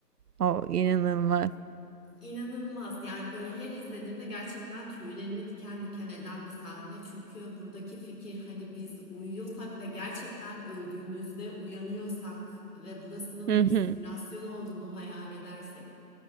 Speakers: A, on the right; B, on the left.
A: O inanılmaz.
B: İnanılmaz yani böyle her izlediğimde gerçekten tüylerimi diken diken eden bir sahne çünkü buradaki fikir hani biz uyuyorsak ve gerçekten öldüğümüzde uyanıyorsak ve burasının
A: Hı
B: bir
A: hı.
B: simülasyon olduğunu hayal edersek